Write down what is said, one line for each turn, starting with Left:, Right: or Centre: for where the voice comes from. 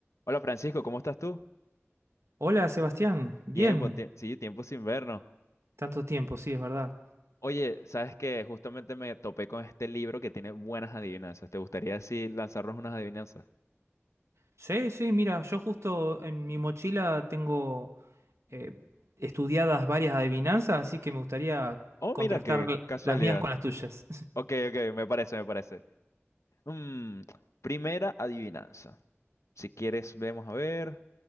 Left: Hola Francisco, ¿cómo estás tú?
Right: Hola Sebastián, bien,
Left: Tiempo, tie- sí, tiempo sin vernos.
Right: tanto tiempo, sí, es verdad.
Left: Oye, sabes que justamente me topé con este libro que tiene buenas adivinanzas. ¿Te gustaría así lanzarnos unas adivinanzas?
Right: Sí, sí, mira, yo justo en mi mochila tengo eh, estudiadas varias adivinanzas, así que me gustaría
Left: Oh,
Right: contrastar
Left: mira qué
Right: l-
Left: casualidad.
Right: las mías con las tuyas.
Left: Ok, ok, me parece, me parece. Mm, primera adivinanza. Si quieres, vemos a ver